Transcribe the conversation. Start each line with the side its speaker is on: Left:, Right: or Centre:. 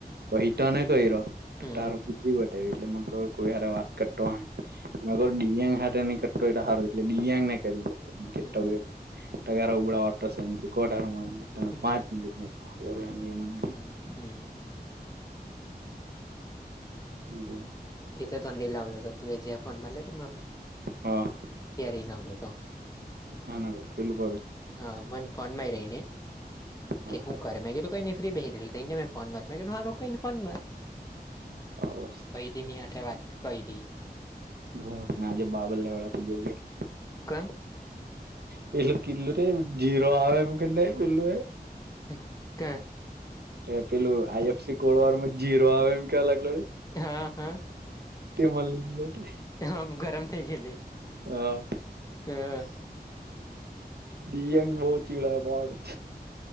Right: પછી તને કર્યો
Left: હમ
Right: તાર બી બીજી વ્તાયો એટલે મન કોઈ વાત ક તોણ અગર દિવ્યાંગ હાથે નહી કરતો સારું એટલે દિવ્યાંગ ને કરી <unintelligible>
Left: હમ
Right: તગારા ઉપાડવાના થશે <unintelligible> પાંચ
Left: હમ
Right: મિનીટમાં ખબર હેને મને
Left: હમ્મ.
Right: એટલે
Left: તે ચંડી લાવલ તો તું એ જે ફોન મારલા તે મા
Right: હા
Left: તિયારી ના હાલે તો
Right: હા નકો પેલુ ભરું
Left: હા મને કોન માં રહીને
Right: હા
Left: કે શું કરે મે કીધું કઈ નઈ ફ્રી બેહી રયો કે ફોન મે મા મેં કીધુ હારુ ફોનમાં
Right: આવસ
Left: પહિ થી નહી હટે વાત કરી
Right: ઘૂટ ને આજે બાબર લેવાળડા થી જોયો ગેલું
Left: કેમ
Right: પેલું કિલું રે જીરો આવા એમ કેમ પેલું એ
Left: ને ક્યા
Right: એ પેલું આઈ એફસી કોડ વાર માં જીરો આવે એમ કેવા લાગલો
Left: હા હા
Right: તેમ મલી ગયો લે
Left: હ ગરમ થઈ ગયેલી
Right: હા
Left: હા
Right: દિવ્યાંગ બહુ ચીડાવે પાહો